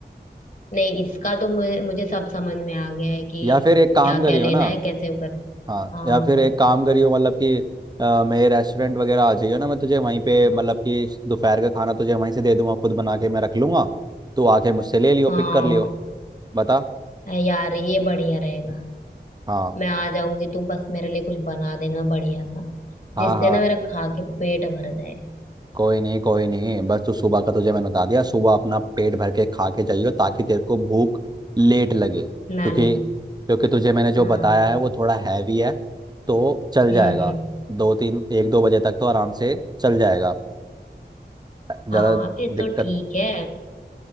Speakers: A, on the left; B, on the right.
A: नहीं इसका तो मुझे मुझे सब समझ में आ गया है कि
B: या फिर एक काम
A: क्या
B: करियो
A: क्या लेना
B: ना
A: है कैसे वो कर
B: हाँ
A: हाँ
B: या फिर एक काम करियो मतलब कि अ, मेरे रेस्टोरेंट वगैरह आ जाइयो ना मैं तुझे वहीं पे मतलब कि दोपहर का खाना तुझे वहीं से दे दूंगा खुद बना के मैं रख लूंगा तू आके मुझसे ले लियो
A: हाँ
B: पिक कर लियो बता
A: अ, यार ये बढ़िया रहेगा
B: हाँ
A: मैं आ जाऊंगी तू बस मेरे लिए कुछ बना देना बढ़िया सा
B: हाँ
A: जिससे
B: हाँ
A: ना मेरा खा के पेट भर जाए
B: कोई नहीं कोई नहीं बस तू सुबह का तुझे मैंने बता दिया सुबह अपना पेट भर के खा के जाइयो ताकि तेरे को भूख लेट लगे क्योंकि
A: ना लग
B: क्योंकि तुझे मैंने जो
A: हाँ
B: बताया है वो थोड़ा हैवी है तो चल
A: हम्म
B: जाएगा
A: हम्म
B: दो तीन एक दो बजे तक तो आराम से चल जाएगा ज़्यादा
A: हाँ फिर तो
B: दिक्कत
A: ठीक है